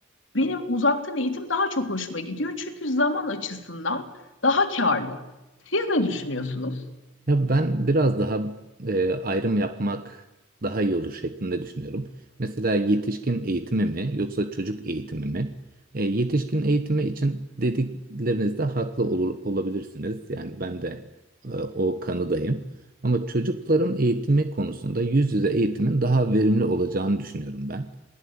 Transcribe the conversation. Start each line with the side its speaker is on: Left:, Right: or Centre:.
Left: benim uzaktan eğitim daha çok hoşuma gidiyor. Çünkü zaman açısından daha karlı. Siz ne düşünüyorsunuz?
Right: Ya ben biraz daha e, ayrım yapmak daha iyi olur şeklinde düşünüyorum. Mesela yetişkin eğitimi mi yoksa çocuk eğitimi mi? E, yetişkin eğitimi için dediklerinizde haklı olur, olabilirsiniz. Yani ben de e, o kanıdayım. Ama çocukların eğitimi konusunda yüz yüze eğitimin daha verimli olacağını düşünüyorum ben.